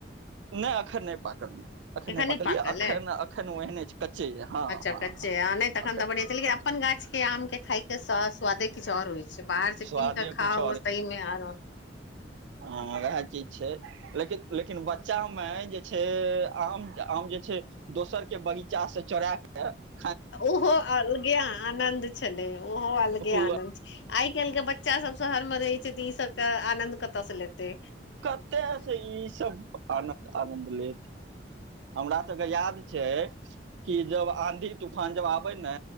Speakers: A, on the right; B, on the left.
A: नहि अखन नहि पाकल या एखने
B: एखन नहि
A: पकलियै
B: पाकल
A: एखन
B: अइ
A: एखन ओ एहने छै कच्चे ये हँ
B: अच्छा
A: हँ
B: कच्चे
A: हँ
B: आ नहि तखन
A: एखन
B: तऽ बढ़िआँ छै लेकिन अपन गाछ के आम के खाय के स स्वादे किछु आओर होइ छै बाहर से कीन
A: स्वादे
B: क खा
A: कुछ
B: ओ सही मे आरो
A: ह वएह चीज छै लेकिन लेकिन बच्चा मे जे छै आम आम जे छै दोसर के बगीचा से चोरा क
B: उहो अलगे आनन्द छलै ओहो अलगे
A: ओ
B: आनन्द आइ केल के बच्चा सब शहर म रहे छै त ई सब क आनंद कतय से लेते
A: कते से ई सब आनद आनन्द लेत हमरा सबके याद छै कि जब आन्धी तूफान जब आबै ने